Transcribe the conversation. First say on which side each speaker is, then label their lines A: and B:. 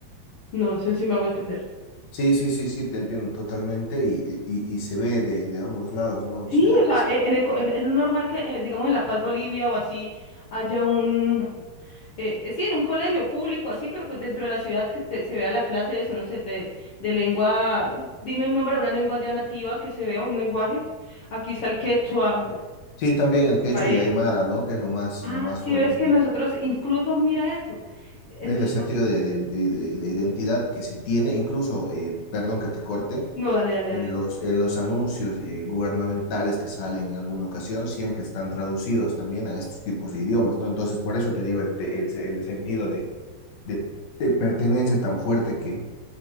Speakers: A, on the left; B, on the left.
A: No sé si me hago entender.
B: Sí, sí, sí, sí, te entiendo totalmente y, y, y se ve de, de ambos lados, ¿no?
A: Sí,
B: O sea,
A: o sea,
B: sí,
A: en, en el, co- en- es normal que, eh, digamos, en La Paz, Bolivia o así, haya un, eh, eh, sí, en un colegio público, así, pero pues dentro de la ciudad que te- se vea la clase de eso, no sé, de, de lengua, dime un nombre de una lengua ya nativa que se vea, un lenguaje. Aquí está el quechua,
B: Sí, también el quechua
A: paez.
B: y aymara, ¿no? Que es lo más,
A: Ah,
B: lo más
A: sí,
B: fuerte
A: ves que
B: aquí.
A: nosotros, incluso mira eso. en-
B: Es
A: de
B: el sentido de, de- de- de- de identidad que se tiene, incluso, eh, perdón que te corte,
A: No, dale, dale,
B: en
A: dale.
B: los, en los anuncios eh, gubernamentales que salen en alguna ocasión, siempre están traducidos también a estos tipos de idiomas, ¿no? Entonces, por eso te digo el, te- el, el sentido de, de, de pertenencia tan fuerte que,